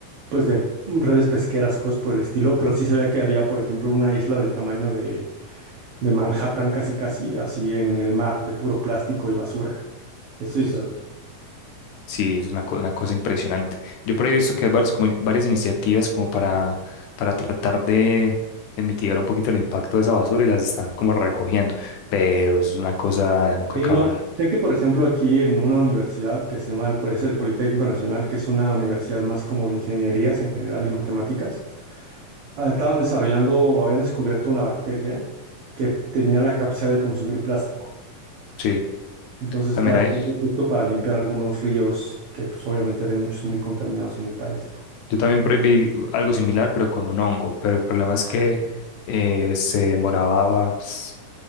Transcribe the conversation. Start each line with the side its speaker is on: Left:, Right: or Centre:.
Right: pues de redes pesqueras o cosas por el estilo, pero sí se veía que había, por ejemplo, una isla del tamaño de, de Manhattan, casi casi, así en el mar, de puro plástico y basura. Eso sí se
Left: Sí, es una, co- una cosa impresionante. Yo por ahí he visto que hay varias, como, varias iniciativas como para, para tratar de, de mitigar un poquito el impacto de esa basura y las están como recogiendo, pero eso es una cosa de nunca
Right: Sí,
Left: acabar.
Right: no, sé que, por ejemplo, aquí en una universidad que se llama el, Pol- es el Politécnico Nacional, que es una universidad más como de ingenierías en general y matemáticas, ah, estaban desarrollando o habían descubierto una bacteria que tenía la capacidad de consumir plástico.
Left: Sí,
Right: Entonces
Left: también
Right: está
Left: hay,
Right: viendo justo para limpiar algunos ríos que pues obviamente hay muchos muy contaminados en el país.
Left: yo también por ahí vi algo similar, pero con un hongo, pero el problema es que eh, se demoraba pues,